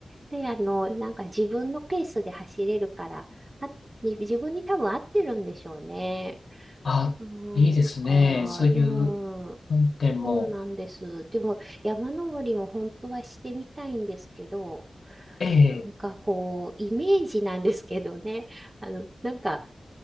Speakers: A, on the right; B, on the left.
A: で、あの、なんか自分のペースで走れるから、あ、自分に多分合ってるんでしょうね。
B: あ、
A: うんか、
B: いいですね。そういう、
A: うん。
B: 本店も、
A: そうなんです。でも山登りも本当はしてみたいんですけど、
B: ええ
A: なんかこう、イメージなんですけどね、あの、なんか、